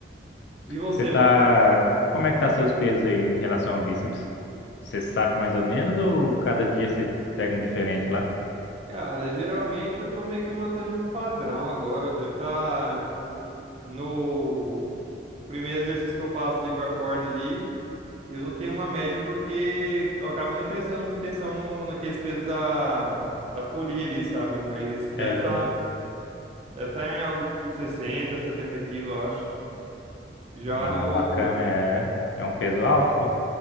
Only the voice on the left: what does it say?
Você tá.
Como é que tá seus pesos aí em relação ao bíceps? Você sabe mais ou menos ou cada dia você pega um diferente lá?
É.
Ah,
bacana, é. É um peso alto, pô.